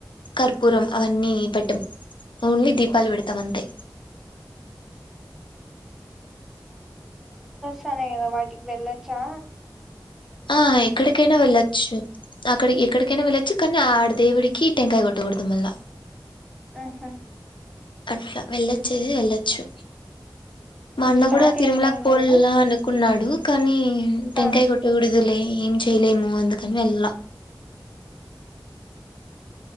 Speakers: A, on the left (about 85°); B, in the centre.
A: కర్పూరం అవన్నీ పెట్టం ఓన్లీ దీప్ పలు పెడతం అంతే
B: పదేకదా బయటకి వెళ్ళచ్చా
A: ఆ ఎక్కడికైనా వెళ్ళొచ్చు అక్కడి ఎక్కడికైనా వెళ్ళొచ్చు కానీ ఆడ దేవుడికి టెంకాయ గొట్టగూడదు మళ్ళా
B: ఊహు
A: అట్లా వెళ్ళచ్చే వెళ్ళచ్చు మా అన్న
B: స్టార్ట్
A: కూడా తిరుమలకి
B: అయినాయేమో
A: పోల్లా
B: కదా
A: అనుకున్నాడు కానీ టెంకాయ
B: ఆ
A: కొట్టి లే ఏం చేయలేము అందుకని వెళ్ళ